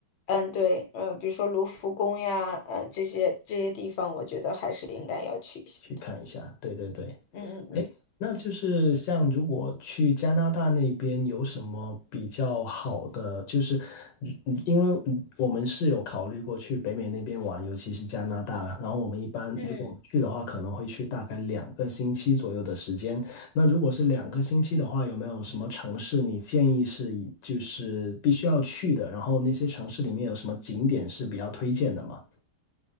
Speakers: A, on the left; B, on the left.
A: 嗯，对，嗯，比如说卢浮宫呀，嗯，这些这些地方，我觉得还是应该要去一下的。
B: 去看一下，对对对。
A: 嗯嗯
B: 那就是像如果去加拿大那边有什么比较好的，就是嗯嗯因为我们是有考虑过去北美那边玩，尤其是加拿大。然后我们一般如果我们去的话，
A: 嗯，嗯，
B: 可能会去大概两个星期左右的时间。那如果是两个星期的话，有没有什么城市你建议是以就是必须要去的？然后那些城市里面有什么景点是比较推荐的吗？